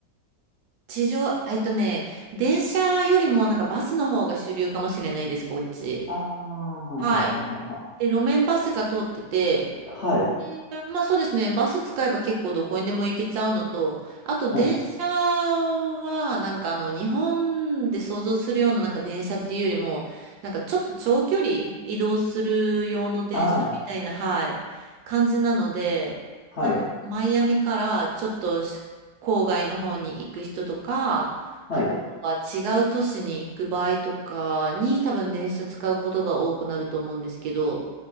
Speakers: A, on the right (about 70°); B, on the left (about 60°).
A: 地上、えっとね、電車よりもなんかバスの方が主流かもしれないです、こっち。
B: ああ、はははは
A: はい。で、路面バスが通ってて、
B: はい。
A: でまあそうですね。バス使えば結構どこにでも行けちゃうのと、あと電車はなんかあの日本で想像するようななんか電車っていうよりも、
B: は。い。
A: なんかちょっと長距離移動する用の電車みたいな、
B: ああ、
A: はい、感じなので、
B: はい。
A: なんかマイアミからちょっとし郊外の方に行く人とか、
B: はい。
A: あとは違う都市に行く場合とかに多分電車使うことが多くなると思うんですけど、